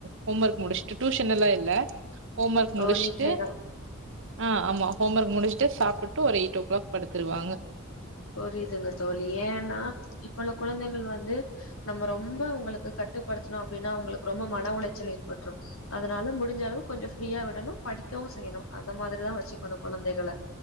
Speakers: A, on the right; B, on the left.
A: ஹோம் ஒர்க் முடிஷ்ட்டு டூஷன் எல்லா இல்ல ஹோம் ஒர்க் முடிஷ்ட்டு
B: ஓ வீட்லயேதா
A: ஆ ஆமா ஹோம் ஒர்க் முடிஷ்ட்டு சாப்புட்டு ஒரு எயிட் ஓ கிளாக் படுத்துருவாங்க
B: புரியுதுங்க தோழி ஏன்னா இப்ப உள்ள குழந்தைகள் வந்து நம்ப ரொம்ப உங்களுக்கு கட்டுப்படுத்துணோ அப்டின்னா அவுங்களுக் ரொம்ப மன உளைச்சல் ஏற்பட்ரு அதனால முடிஞ்சளவு கொஞ்ச ஃப்ரீயா விடணு படிக்கவு செய்யணு அந்த மாரிதா வெச்சுக்கணு குழந்தைகள